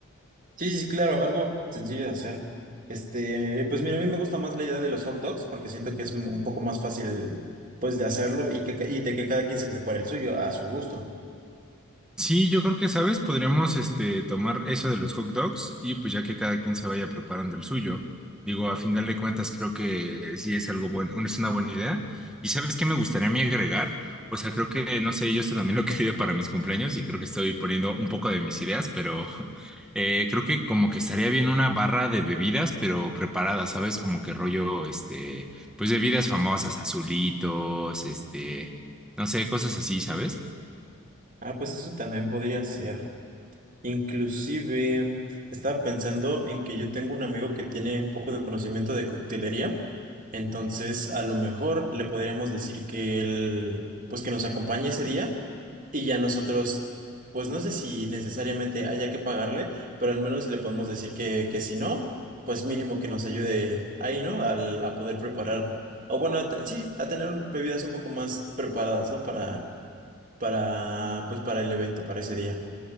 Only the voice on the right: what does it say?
Sí, sí, sí, claro, algo sencillo de hacer. Este, pues mira, a mí me gusta más la idea de los hot dogs porque siento que es un un poco más fácil, pues, de hacerlo y que, ca- y de que cada quien se prepare el suyo a su gusto.
Ah, pues eso también podría ser. Inclusive estaba pensando en que yo tengo un amigo que tiene un poco de conocimiento de coctelería, entonces a lo mejor le podríamos decir que él, pues que nos acompañe ese día y ya nosotros, pues no sé si necesariamente haya que pagarle, pero al menos le podemos decir que, que si no, pues mínimo que nos ayude ahí, ¿no? Al, a poder preparar, o bueno, a te- sí, a tener bebidas un poco más preparadas, ¿no? Para, para, pues para el evento, para ese día.